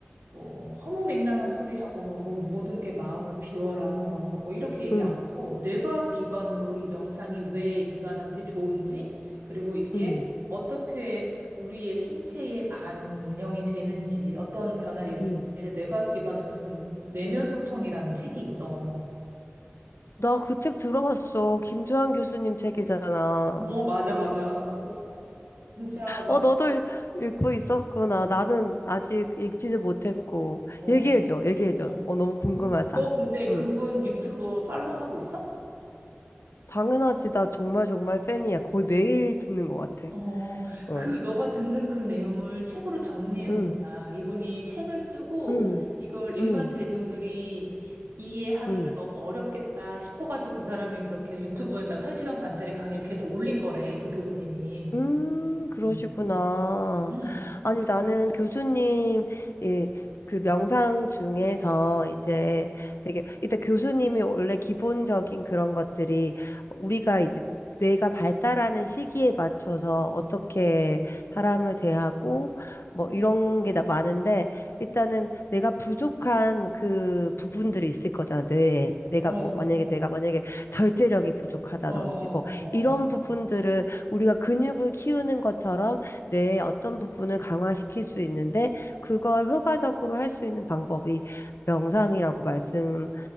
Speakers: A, on the right (about 65°); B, on the left (about 85°).
A: 뭐 허무맹랑한 소리하고 뭐, 뭐 모든 게 마음을 비워라 막뭐 뭐 이렇게 얘기
B: 응,
A: 안 하고 뇌과학 기반으로 이 명상이 왜 인간한테 좋은지 그리고 이게
B: 응,
A: 어떻게 우리의 신체에 반영이 되는지 어떤 변화를 일으키는지를
B: 응.
A: 뇌과학 기반으로 쓴 내면 소통이라는 책이 있어.
B: 나 그 책 들어봤어. 김주한 교수님 책이잖아.
A: 어 맞아 맞아. 그래서 진짜 막
B: 어, 너도 읽- 읽고 있었구나. 나는 아직 읽지도 못했고.
A: 어,
B: 얘기해줘, 얘기해줘.
A: 어.
B: 어, 너무 궁금하다.
A: 그- 너 근데
B: 응,
A: 그분 유튜버 팔로우 하고 있어?
B: 당연하지. 나 정말 정말 팬이야. 거의 매일 듣는 것 같아.
A: 어,
B: 어,
A: 그, 너가 듣는 그 내용을 책으로 정리해 놓은
B: 응,
A: 거야. 이분이 책을 쓰고
B: 응,
A: 이걸 일반
B: 응,
A: 대중들이 이해하기가
B: 응.
A: 너무 어렵겠다 싶어가지고 그 사람이 그렇게 유튜브에다가 한시간 반짜리 강의를 계속 올린 거래, 그 교수님이.
B: 음, 그러시구나.
A: 응. 응.
B: 아니, 나는 교수님, 예, 그 명상 중에서 이제 되게, 일단 교수님이 원래 기본적인 그런 것들이 우리가 이제 뇌가 발달하는 시기에 맞춰서 어떻게 사람을 대하고 뭐 이런 게 다 많은데 일단은 내가 부족한 그 부분들이 있을 거잖아, 뇌에. 내가
A: 어, 어,
B: 뭐, 만약에 내가 만약에 절제력이 부족하다든지
A: 어, 어,
B: 뭐 이런
A: 어.
B: 부분들을 우리가 근육을 키우는 것처럼 뇌의 어떤 부분을 강화시킬 수 있는데 그걸 효과적으로 할 수 있는 방법이 명상이라고 말씀을